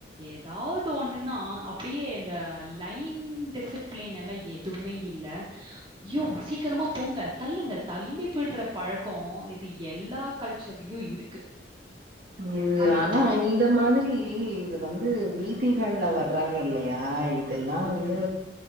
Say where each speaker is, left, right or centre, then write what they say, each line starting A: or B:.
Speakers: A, on the right; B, on the right.
A: ஏதாவது ஒண்ணுன்னா அப்டியே இந்த லைன் டிசிப்ளின் எல்லா எ துமே இல்ல யோவ் சீக்கரமா போங்க தள்ளுங்க தள்ளி விட்ற பழக்கோ இது எல்லா கல்ச்சர்லயு இருக்கு
B: இது
A: அதுக்கப்புறம்
B: ஆனா இந்த மாதிரி இது வந்து வீதிகள்ல வ <unintelligible> இல்லையா இதெல்லா வந்து